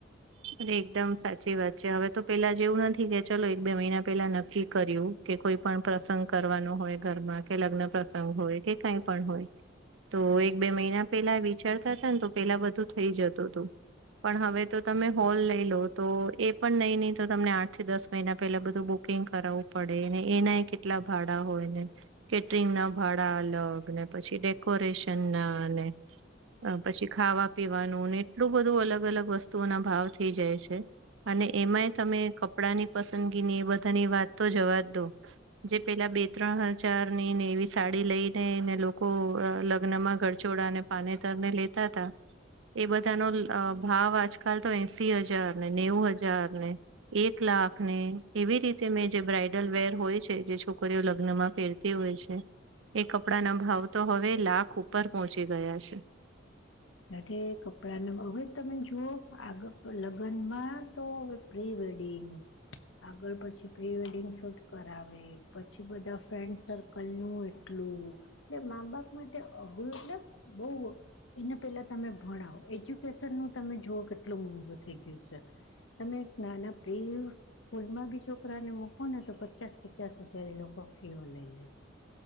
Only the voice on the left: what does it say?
ત કપડાના હવે તમે જુઓ આગ લગ્નમાં તો પ્રીવેેડિંગ આગળ પછી પ્રી વેડિંગ શૂટ કરાવે પછી બધા ફ્રેન્ડક કલું એટલું એટલે મામબપ માટે અઘરું એટલે બહુ એને પેલા તમે ભણાવો એજ્યુકેશન નું તમે જોવ કેટલું મોંઘું થઈ ગયું છે તમે એક નાના પ્રિયુશ સ્કૂલમાં બી છોકરાને મકો ને તો પચાસ પચાસ હજાર એ લોકો ફી ઓ લઈ લે છે